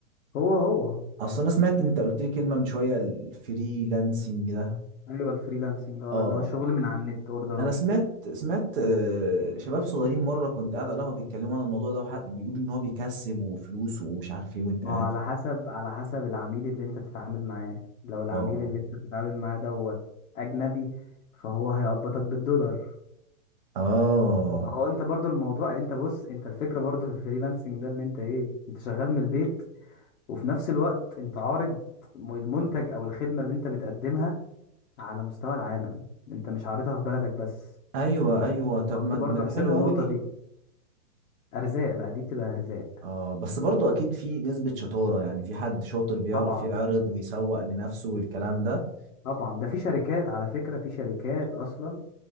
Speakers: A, on the left; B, on the right.
A: هو هو
B: اصل انا سمعت انت قلت لي كلمة من شوية الفريلانسنج ده
A: ايوه الفريلانسنج اه
B: اه
A: اللي هو شغل من على النت اوردرات
B: انا سمعت سمعت آه، شباب صغيرين مره كنت قاعد على القهوه بيتكلموا عن الموضوع ده وح- بيقولوا ان هو بيكسب وفلوس ومش عارف ايه وانت
A: ما
B: قاعد
A: هو على حسب على حسب العميل اللي انت بتتعامل معاه لو العميل
B: اه
A: اللي انت بتتعامل معاه دوت اجنبي فهو هيقبضك بالدولار
B: اه
A: هو انت برضو الموضوع انت بص انت الفكرة برضو في الفريلانسنج ده اللي انت ايه انت شغال من البيت وفي نفس الوقت انت عارض م- المنتج او الخدمة اللي انت بتقدمها على مستوى العالم انت مش عارضها في بلدك بس
B: ايوه ايوه طب
A: حط
B: ما
A: برضو
B: ما دي
A: حساب
B: حلوه
A: النقطة
B: قوي دي
A: دي ارزاق بقى دي بتبقى ارزاق
B: اه بس برضو اكيد في نسبه شطاره يعني في حد شاطر بيعرف
A: طبعا
B: يعرض ويسوق لنفسه والكلام ده
A: طبعا ده في شركات على فكرة في شركات اصلا